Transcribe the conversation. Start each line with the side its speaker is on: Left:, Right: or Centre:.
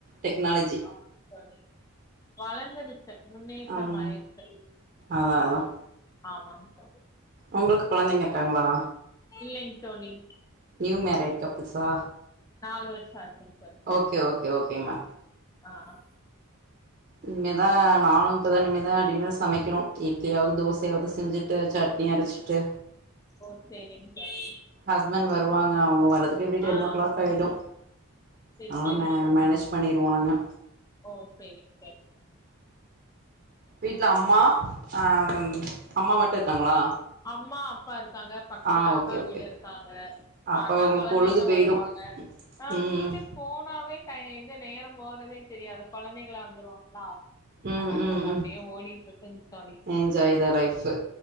Right: டெக்னாலஜி
Left: ஆமாங்க தோழி வளந்துருச்சு முன்னேற்றமாயிருச்சு
Right: ம் அதா அதா
Left: ஆமாங்க தோழி
Right: உங்களுக்கு குழந்தைங்க இருக்காங்களா
Left: இல்லைங் தோழி
Right: நியூ மேரேட் கப்புள்ஸா
Left: நாலு வருஷோ ஆச்சுங்க தோழி
Right: ஓகே ஓகே ஓகேம்மா
Left: ஆ ஆ
Right: இனிமேதா நானு இப்பதா நிமேதா டின்னர் சமைக்கணு இட்லியாவது தோசையாவது செஞ்சு சட்னி அரைச்சிட்டு
Left: ஓ சேரிங் தோழி
Right: ஹஸ்பண்ட் வருவாங்க அவங்க வர்ரதுக்கு எப்படியு டென்
Left: ஆ
Right: ஓ கிளாக் ஆயிடு
Left: சேரி
Right: அதா
Left: சேரிங்க
Right: மே
Left: தோழி
Right: மேனேஜ் பண்ணிருவோ நாங்க
Left: ஓ சரிங் சார்
Right: வீட்ல அம்மா அ ம் அம்மா மட்டு இருக்காங்களா
Left: அம்மா அப்பா இருக் க்காங்க பக்கத்துல
Right: ஆ
Left: அக்கா
Right: ஓகே ஓகே
Left: வீடு
Right: ஓகே
Left: இருக்காங்க
Right: அப்ப
Left: அக்கா
Right: உங்களுக்கு
Left: கொழந்தைங்க
Right: பொழுது போயிடு
Left: வருவாங்க ஆ
Right: ம்
Left: வீட்டுக்கு போனாவே டை இது நேரோ போறதே தெரியாது கொழந்தைங்களா வந்துருவாங்களா
Right: ம்
Left: நல்லது
Right: ம்
Left: அப்டியே
Right: ம்
Left: ஓடிட்ருக்குங் தோழி
Right: என்ஜாய் தா லைஃபு